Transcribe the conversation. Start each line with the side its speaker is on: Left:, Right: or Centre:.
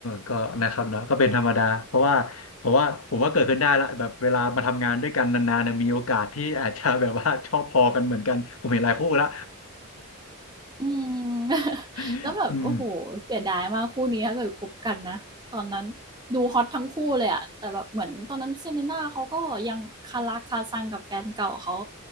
Left: ก็นะครับเนาะก็เป็นธรรมดา เพราะว่าผมว่าผมว่าเกิดขึ้นได้ละแบบเวลามาทำงานด้วยกันนานๆเนี่ยมีโอกาสที่อาจจะแบบว่าชอบพอกันเหมือนกัน ผมเห็นหลายคู่ละ
Right: อืม <laughs>
Left: <laughs>
Right: แล้วแบบโอ้โหเสียดายมากคู่นี้ถ้าเกิดคบกันนะตอนนั้น
Left: อืม
Right: ดูฮอตทั้งคู่เลยอะแต่แบบเหมือนตอนนั้น Selena เลน่าเขาก็ยังคาราคาซังกับแฟนเก่าเขา